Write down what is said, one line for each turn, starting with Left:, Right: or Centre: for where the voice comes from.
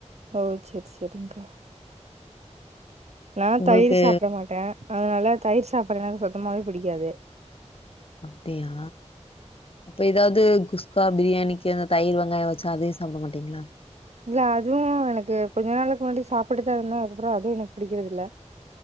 Right: ஓ செரி செரிங்கா நா
Left: உங்களுக்கு
Right: தயிர் சாப்ட மாட்ட அத்னால தயிர் சாப்பாடுனால சுத்தமாவே புடிக்காது
Left: அப்டியா அப்ப எதாவ்து குஸ் குக்கா பிரியாணிக்கு அந்த தயிர் வெங்காயொ வெச்சா அதயு சாப்பட மாட்டீங்களா
Right: இல்ல அதும் எனக்கு கொஞ்ச நாளுக்கு முன்னாடி சாப்பிட்டு தா இருந்த அது அப்பறோ அதுவு எனக்கு புடிக்கெறது இல்ல